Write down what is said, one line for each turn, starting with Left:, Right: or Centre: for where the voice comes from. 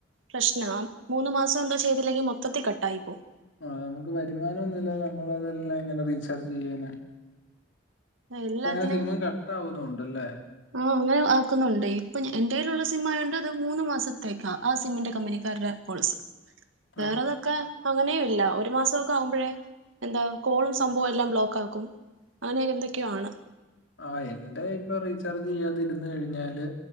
Right: പ്രശ്നാ. മൂന്ന് മാസം എന്തോ ചെയ്തില്ലെങ്കിൽ മൊത്തത്തി കട്ടായി പോവും.
Left: ആഹ് നമുക്ക് വരുമാനനൊന്നുമില്ലാതെ നമ്മളതെല്ലാം എങ്ങനെ റീചാർജ് ചെയ്യാനാ.
Right: എല്ലാത്തിലും
Left: ഇപ്പ അങ്ങനെ സിമ്മും കട്ടാവുന്നുണ്ടല്ലേ.
Right: ആഹ് അങ്ങനെ ആക്കുന്നുണ്ട് ഇപ്പൊ എന്റെലൊള്ള സിംമ്മായോണ്ട് അത് മൂന്നുമാസത്തേക്കാ ആ സിമ്മിന്റെ കമ്പനി ക്കാരുടെ പോളിസി.
Left: <inaudible>
Right: വേറതൊക്ക അങ്ങനെയും ഇല്ല ഒരു മാസൊക്കെ ആകുമ്പോഴേ എന്താ കോളും സംഭവും എല്ലാം ബ്ലോക്ക് ആക്കും. അങ്ങനെ എന്തൊക്കെയാണ്.
Left: ആഹ് എന്റെ ഇപ്പൊ റീചാർജ് ചെയ്യാതിരുന്ന് കഴിഞ്ഞാല്